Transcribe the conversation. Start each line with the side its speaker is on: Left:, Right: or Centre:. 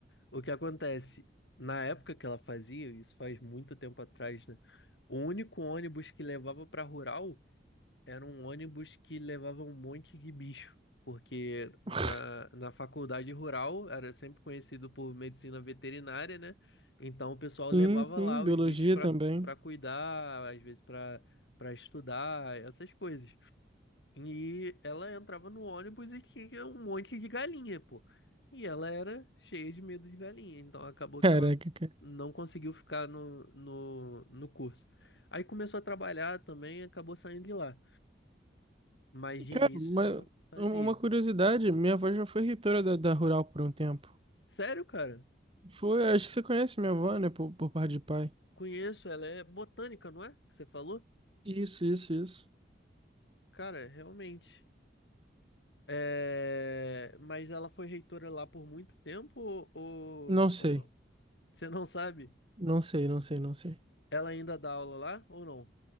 Left: O que acontece? Na época que ela fazia, isso faz muito tempo atrás, né? O único ônibus que levava para rural era um ônibus que levava um monte de bicho, porque na,
Right: <laughs>
Left: na faculdade rural era sempre conhecido por medicina veterinária, né? Então o pessoal levava
Right: Sim, sim,
Left: lá
Right: biologia
Left: os bichos para
Right: também.
Left: para cuidar, às vezes para para estudar, essas coisas. E ela entrava no ônibus e tinha um monte de galinha, pô. E ela era cheia de medo de galinha, então acabou que
Right: Caraca,
Left: ela
Right: cara.
Left: não conseguiu ficar no, no, no curso. Aí começou a trabalhar também e acabou saindo de lá. Mas de
Right: Cara,
Left: início
Right: uma,
Left: ela fazia.
Right: uma curiosidade, minha avó já foi reitora da, da Rural por um tempo.
Left: Sério, cara?
Right: Foi, acho que você conhece minha avó, né? Por, por parte de pai.
Left: Conheço, ela é botânica, não é? Que você falou?
Right: Isso, isso, isso.
Left: Cara, realmente. É... Mas ela foi reitora lá por muito tempo ou, ou
Right: Não sei.
Left: ou não? Você não sabe?
Right: Não sei, não sei, não sei.
Left: Ela ainda dá aula lá ou não?